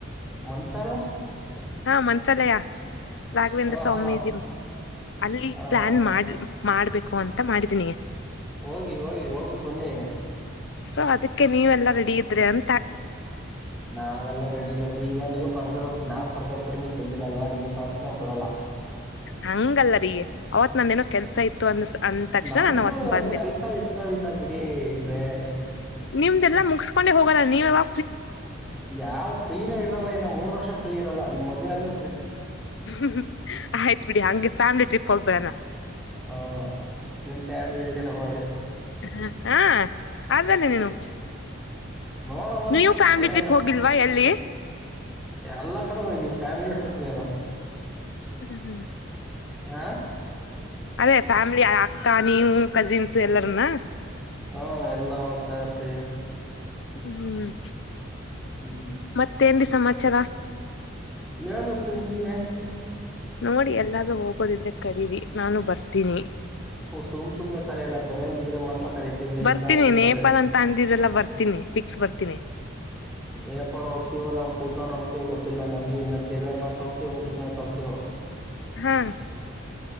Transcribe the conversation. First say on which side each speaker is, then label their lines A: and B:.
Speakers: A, in the centre; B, on the left.
A: ಮಂತಲ್ಲ
B: ಹಾ ಮಂತ್ರಾಲಯ ರಾಘವೇಂದ್ರ
A: ಹ
B: ಸ್ವಾಮೀಜಿ
A: ಹಾ
B: ಅಲ್ಲಿ
A: ಹ
B: ಪ್ಲಾನ್
A: ಹಾ
B: ಮಾಡಿ ಮಾಡ್ಬೇಕು ಅಂತ ಮಾಡಿದೀನಿ
A: ಹೋಗಿ ಹೋಗಿ ಹೋಗು ಬೊನ್ನೆ
B: ಸೊ ಅದಕ್ಕೆ ನೀವೆಲ್ಲಾ ರೆಡಿ ಇದ್ರೆ ಅಂತ
A: ನಾವೆಲ್ಲಾ ರೆಡಿ ಇಲ್ಲ ಬಿಡಿ ಈಗ ನೀವು್ ಕರ್ದಿರೋ ನಾವ್ ಕರ್ದಿರ ಕೂಡ ನೀ ಬಂದಿಲ್ಲ ಅಲ್ವಾ ನೀವ್ ಕರ್ದ ನಾವವು ಬರಲ್ಲ
B: ಹಂಗಲ್ಲರಿ ಅವತ್ ನಂದೇನೋ ಕೆಲ್ಸ ಇತ್ತು ಅಂದ ಅಂದ ತಕ್ಷಣ
A: ನಮ್ಗೂ
B: ನಾನು ಅವತ್ ಬಂದಿಲ್ಲ
A: ಕೆಲ್ಸ ಇರ್ತಾವನ್ನ ಬಿಡಿ ಇವ್ರೆ
B: ನಿಮ್ದಲ್ಲ ಮುಗಿಸಸ್ಕೊಂಡೆ ಹೋಗೋಲ್ಲ ನೀವು ಯಾವ
A: ಯಾವ ಫ್ರೀನ ಲ್ಲ ಇನ್ನು ಮೂರು ವರ್ಷ ಫ್ರೀ ಇರಲ್ಲ ನಿಮ್ಮ ಮದುವೆ ಆದ್ರ
B: ್ಮ ಆಯ್ತ್ು ಬಿಡಿ ಹಂಗೆ ಫ್ಯಾಮಿಲಿ ಟ್ರಿಪ್ ಹೋಗ್ಬೇಣ
A: ಹ ನಿಮ್ ಫ್ಯಾಮಿಲಿ ಜೊತೆ ಕರ್ಕೊಂಡ
B: ಹ ಹಾ ಆದ್ದನೆೆ ನೀನು
A: ನೋಡಮ್ಮ
B: ನೀವು ಫ್ಯಾಮಿಲಿ
A: ಏನೇನ
B: ಟ್ರಿಪ್ ಹೋಗಿಲ್ವಾ ಎಲ್ಲಿ
A: ಅಲ್ಲಕ್ಕ ಕ ಫಾಮಿಲಿ ಟ್ರಿಪ್ ಗಲ್ಲ
B: ಸರಿ ಹ್ಮ್
A: ಹಾ
B: ಅದೇ ಫ್ಯಾಮಿಲಿ ಅಕ್ಕ ನೀವು ಕಜಿನ್ಸ್ ಎಲ್ಲರನ್ನ
A: ಹಾ ಎಲ್ಲಾ ಹೋಗ್ತಾ ಇರ್ತಿವಿ
B: ಹ್ಮ ಹ್ಮ್
A: ಹ್ಮ್
B: ಮತ್ತೇನ್ ಸಮಾಚಾರ
A: ಏನ್ ಉತ್ತರಿಂದ
B: ನೋಡಿ ಎಲ್ಲಾರೂ ಹೋಗೋದ ಇದೆ ಕರೀರಿ ನಾನು ಬರ್ತೀನಿ
A: ಸ ಸುಮ್ ಸುಮ್ನೆ ಕರಲ್ಲ ಬರಂಗಿದ್ರೆ ಮಾತ್ರ ಕರಿತೇವ್ರೀ
B: ಬರ್ತೀನಿ
A: ಇಲ್ಲ ಅಂದ್ರೆ
B: ನೇಪಾಲ್
A: ಕರೆಯದು
B: ಅಂತ ಅಂದಿದೆಲ್ಲ ಬರ್ತೀನಿ ಫಿಕ್ಸ್ ಬರ್ತೀನಿ
A: ನೇಪಾಳ ಹೋಗ್ತೀವ ನಾವು ಭೂತಾನ್ ಹೋಗ್ತವೋ ಗೊತ್ತಿಲ್ಲ ನಮ್ಗೆ ಇ ಕದಾರ್ನಾಥ್ ಹೋಗತಿವ ಬುತ್್ರಿನಾಥ್ ಹೋಗ್ತೀವ
B: ಹಾ